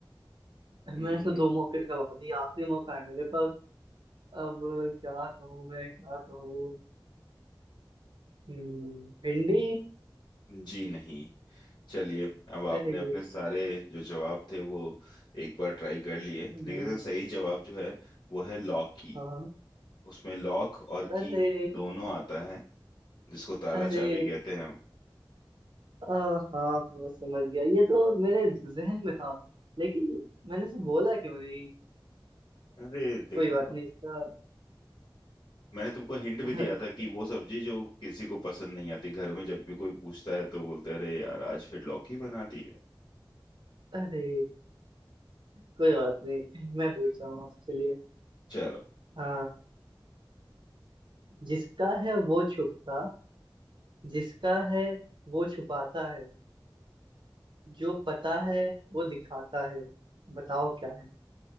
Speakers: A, on the right; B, on the left.
A: मैंने
B: हम्म
A: तो दो मौके गवा दिए आखिरी मौका है मेरे पास अब क्या कहूँ मैं क्या कहूँ हम्म, भिंडी
B: जी नहीं चलिए अब आपने
A: अरे
B: अपने सारे जो जवाब थे वो एक बार ट्राई कर लिए
A: हम्म,
B: लेकिन इसका सही जवाब जो है वो है लॉकी
A: हाँ
B: उसमें लॉक और
A: अरे
B: की दोनों आता है जिसको ताला
A: अरे
B: चाबी कहते हैं हम
A: आ, हाँ हाँ समझ गया ये तो मेरे जहन में था लेकिन मैंने से बोला क्यों नहीं आ,
B: अरे देखो
A: कोई बात नहीं इसका
B: मैंने तुमको हिंट
A: <laughs>
B: भी दिया था कि वो सब्जी जो किसी को पसंद नहीं आती घर में जब भी कोई पूछता है तो बोलते हैं, अरे यार आज फिर लौकी बना दी है
A: अरे कोई बात नहीं मैं पूछ रहा हूँ आपसे चलिए
B: चलो
A: आ, जिसका है वो छुपता जिसका है वो छुपाता है जो पता है वो दिखाता है बताओ क्या है